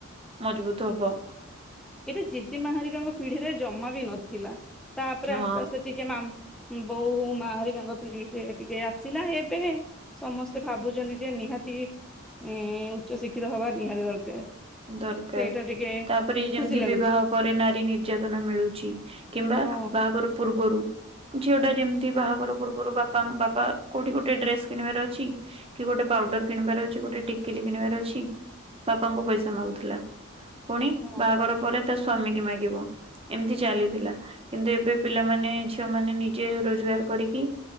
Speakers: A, on the right; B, in the centre.
A: ମଜବୁତ ହବ।
B: ଏଟା ଜେଜେମା ହାରିକାଙ୍କ ପିଢିରେ ଜମା ବି ନଥିଲା ତାପରେ ଆସ୍ତେ
A: ହଁ
B: ଆସ୍ତେ ଟିକେ ମାମ୍‌ ବୋଉ ମା ହେରିକା ଙ୍କ ପିଢିରେ ଟିକେ ଆସିଲା ଏବେ ସମସ୍ତେ ଭାବୁଚନ୍ତି ଯେ ନିହାତି ଉଚ୍ଚ ଶିକ୍ଷିତ ହବା ନିହାତି ଦରକାର।
A: ଦରକାର,
B: ସେଇଟା ଟିକେ
A: ତାପରେ ଯେମିତି
B: ଖୁସି ଲାଗୁଛି
A: ବିବାହ ପରେ ନାରୀ ନିର୍ଯାତନା ମିଳୁଛି। କିମ୍ବା
B: ହଁ
A: ବାହାଘର ପୂର୍ବରୁ। ଝିଅଟା ଯେମିତି ବାହାଘର ପୂର୍ବରୁ ବାପା ବାପା କୋଉଠି ଗୋଟେ ଡ୍ରେସ କିଣିବାର ଅଛି କି ଗୋଟେ ପାଉଡର କିଣିବାର ଅଛି ଗୋଟେ ଟିକିଲି କିଣିବାର ଅଛି ବାପାଙ୍କୁ ପଇସା ମାଗୁଥିଲା ପୁଣି
B: ହଁ
A: ବାହାଘର ପରେ ତା ସ୍ଵାମୀ କି ମାଗିବ। ଏମିତି ଚାଲିଥିଲା କିନ୍ତୁ ଏବେ ପିଲାମାନେ ଝିଅମାନେ ନିଜେ ରୋଜଗାର କରିକି